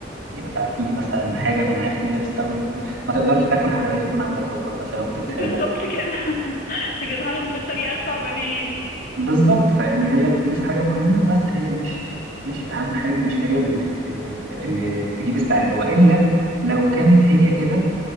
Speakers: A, on the right (about 80°); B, on the left (about 50°).
A: يبقى في مثلا حاجة منعاك إن أنت تستخدم الفلوس ما تقدرش تاكل حلويات يكون عندك سكر مثلا وأنت بتحبها
B: بالظبط كده <laughs> هجيبها لهم بالطريقة الصعبانية دي
A: بالظبط فيعني هي الفلوس حاجة مهمة بس هي مش مش أهم حاجة مش هي اللي, اللي تجيب السعادة وإلا لو كانت هي كده